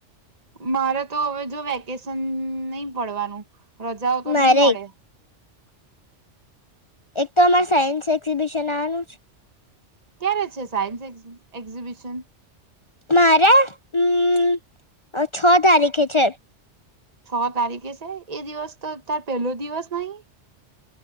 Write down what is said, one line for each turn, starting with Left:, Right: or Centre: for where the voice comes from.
Right: મારે તો હવે જો વેકેશન નહી પડવાનું. રજાઓ તો
Left: મારે
Right: નહીં મળે.
Left: એક તો અમારે સાયન્સ એક્ઝિબિશન આવાનું છે.
Right: ક્યારે છે સાયન્સ એક્ઝિબિશન?
Left: મારા હમ છ તારીખે છે.
Right: છ તારીખે છે? એ દિવસ તો અ તાર પેલો દિવસ નહી?